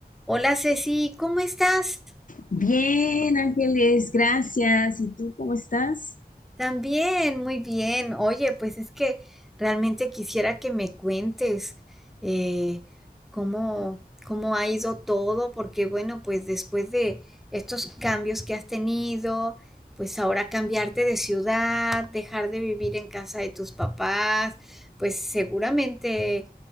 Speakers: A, in the centre; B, on the left.
A: Hola Ceci, ¿cómo estás?
B: Bien, Ángeles, gracias. ¿Y tú cómo estás?
A: También, muy bien. Oye, pues es que realmente quisiera que me cuentes eh, cómo, cómo ha ido todo, porque bueno, pues después de estos cambios que has tenido, pues ahora cambiarte de ciudad, dejar de vivir en casa de tus papás, pues seguramente